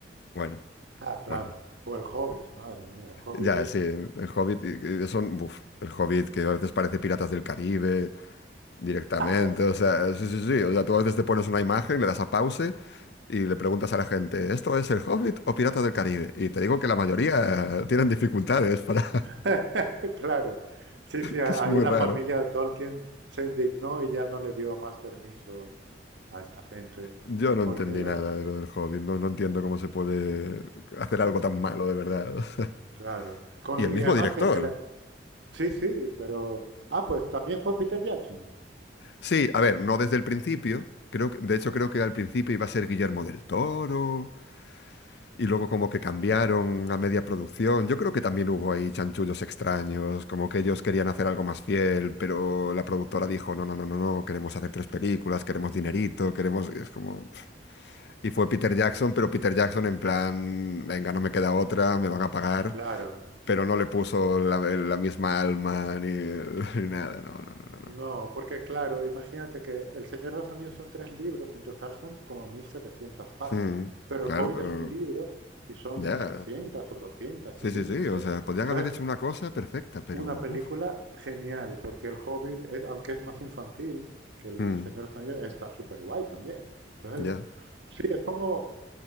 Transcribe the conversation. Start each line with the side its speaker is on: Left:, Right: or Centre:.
Left: bueno,
Right: ah, claro.
Left: bueno.
Right: O el Hobbit, madre mía, el Hobbit
Left: Ya,
Right: es...
Left: sí, el Hobbit, y- y son, buf, el Hobbit que a veces parece Piratas del Caribe directamente,
Right: Es-
Left: o sea, sí, sí, sí, o sea, tú a veces te pones una imagen, le das a pause y le preguntas a la gente, ¿esto es el Hobbit o Piratas del Caribe? Y te digo que la mayoría tienen dificultades para, <laughs>
Right: <laughs> Claro, sí, sí, a-
Left: que es
Right: ahí
Left: muy
Right: la
Left: raro.
Right: familia de Tolkien se indignó y ya no le dio más permiso a esta gente,
Left: Yo no
Right: porque
Left: entendí
Right: lo,
Left: nada de lo del Hobbit, no, no entiendo cómo se puede hacer algo tan malo de verdad. <laughs>
Right: claro, con-
Left: Y el mismo
Right: y además
Left: director.
Right: que, que la- sí, sí, pero, ah, pues también fue Peter Jackson.
Left: Sí, a ver, no desde el principio. Creo que, de hecho, creo que al principio iba a ser Guillermo del Toro Y luego como que cambiaron a media producción. Yo creo que también hubo ahí chanchullos extraños, como que ellos querían hacer algo más fiel, pero la productora dijo, no, no, no, no, no, queremos hacer tres películas, queremos dinerito, queremos... Es como... Y fue Peter
Right: Madre.
Left: Jackson, pero Peter Jackson en plan, venga, no me queda otra, me van a pagar,
Right: Claro,
Left: pero no le puso la, la misma alma ni, <laughs> ni nada, no, no, no,
Right: no,
Left: no.
Right: porque claro, imagínate que El Señor de los Anillos son tres libros y en total son como mil setecientas páginas,
Left: no. Mm,
Right: pero
Left: claro,
Right: El Hobbit
Left: pero
Right: es un libro y son
Left: ya.
Right: 300 o 200
Left: Sí,
Right: y pico,
Left: sí, sí,
Right: no sé.
Left: o sea, podrían
Right: Entonces,
Left: haber hecho una cosa perfecta, pero...
Right: Una película
Left: uf,
Right: genial, porque El Hobbit, es- aunque es más infantil que El
Left: mm,
Right: Señor de los Anillos, está súper guay también. Entonces,
Left: ya.
Right: sí, es como